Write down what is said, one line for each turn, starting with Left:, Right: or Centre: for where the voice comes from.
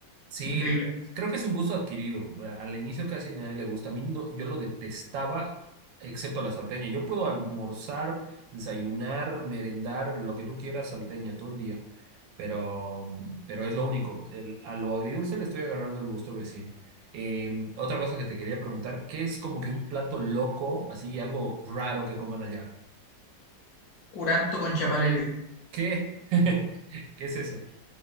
Right: Sí,
Left: increíble.
Right: creo que es un gusto adquirido. eh, Al inicio casi a nadie le gusta. A mí no, yo lo detestaba, excepto la salteña. Yo puedo almorzar, desayunar, merendar, lo que tú quieras, salteña todo el día, pero, pero es lo único. El- a lo agridulce le estoy agarrando el gusto recién. Eh, otra cosa que te quería preguntar, ¿qué es como que un plato loco, así algo raro que coman allá?
Left: Curanto con chapalele.
Right: ¿Qué? <laughs> ¿Qué es eso?